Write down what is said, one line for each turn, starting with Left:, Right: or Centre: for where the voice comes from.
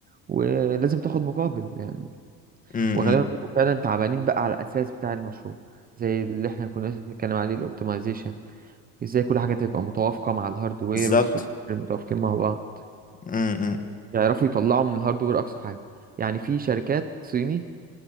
Right: ولازم تاخد مقابل يعني
Left: امم
Right: وغالبا بيبقوا فعلا تعبانين بقى على الأساس بتاع المشروع زي اللي احنا كنا لسه بنتكلم عليه الاوبتمايزيشن ازاي كل حاجة تبقى متوافقة مع الهاردوير
Left: بالظبط
Right: والسوفت وير متوافقين مع بعض
Left: امم امم.
Right: يعرفوا يطلعوا من الهاردوير أقصى حاجة يعني في شركات صيني